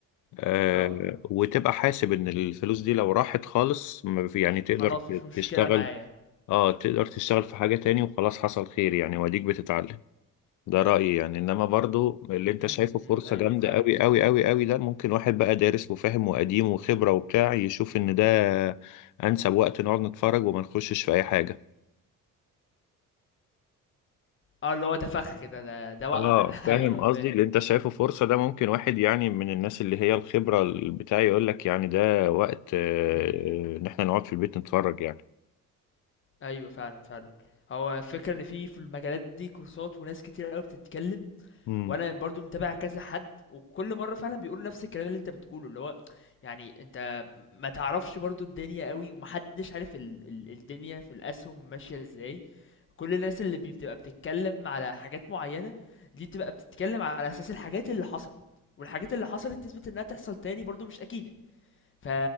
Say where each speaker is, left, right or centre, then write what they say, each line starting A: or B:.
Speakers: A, on the left; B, on the left.
A: آه،
B: اه
A: وتبقى حاسب ان الفلوس دي لو راحت خالص ما في- يعني تقدر
B: خلاص مش مشكله
A: تشتغل
B: معايا
A: اه تقدر تشتغل في حاجة تاني وخلاص حصل خير يعني واديك بتتعلم ده رأيي يعني انما برضو اللي انت
B: امم
A: شايفه فرصة
B: أمم، ايوه
A: جامدة
B: فعلا
A: قوي قوي قوي قوي ده ممكن واحد بقى دارس وفاهم وقديم وخبرة وبتاع يشوف ان ده انسب وقت نقعد نتفرج وما نخشش في اي حاجة
B: اه اللي هو ده فخ ده ده, ده
A: اه
B: وقع ده <laughs>
A: فاهم
B: ايوه
A: قصدي
B: فاهم
A: اللي انت شايفه فرصة ده ممكن واحد يعني من الناس اللي هي الخبرة بتاعي يقول لك يعني ده وقت آه،
B: امم
A: ان احنا نقعد في البيت نتفرج يعني
B: ايوه فعلا فعلا هو الفكره ان في في المجالات دي كورسات وناس كتير قوي بتتكلم
A: مم.
B: وانا برضو متابع كذا حد وكل مره فعلا بيقولوا نفس الكلام اللي انت بتقوله اللي هو يعني انت ما تعرفش برضو الدنيا قوي ومحدش عارف ال ال الدنيا في الاسهم ماشيه ازاي كل الناس اللي بي- بتبقى بتتكلم على حاجات معينه دي بتبقى بتتكلم على اساس الحاجات اللي حصلت والحاجات اللي حصلت تثبت انها تحصل تاني برضو مش اكيده ف...